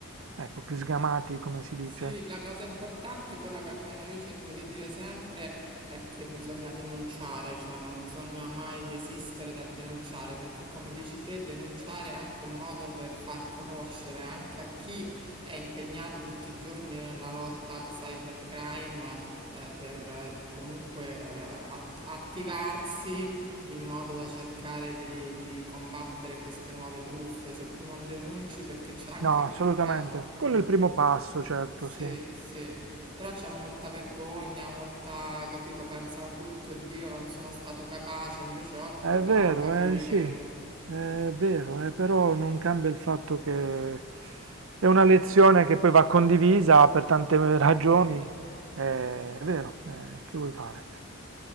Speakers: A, on the right; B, on the right.
A: ecco, più sgamati, come si dice.
B: Sì, la cosa importante, quella che almeno io cerco di dire sempre, è che bisogna denunciare, cioè non bisogna mai desistere dal denunciare, perché come dici te, denunciare è anche un modo per far conoscere anche a chi è impegnato tutti i giorni nella lotta al cybercrime, eh, per eh, comunque eh, at- attivarsi in modo da cercare di, di combattere queste nuove truffe. Se tu non denunci, perché c'è anche
A: No, assolutamente.
B: molta... mm.
A: Quello è il primo passo, certo,
B: Sì,
A: sì.
B: sì, però c'è molta vergogna, molta, capito, pensano tutti, oddio, non sono stato capace, invece oggi
A: È
B: dobbiamo
A: vero,
B: capire
A: eh, sì,
B: che
A: è vero, eh, però non cambia il fatto che è una lezione che poi va condivisa per tante ragioni, eh, è vero, eh, che vuoi fare?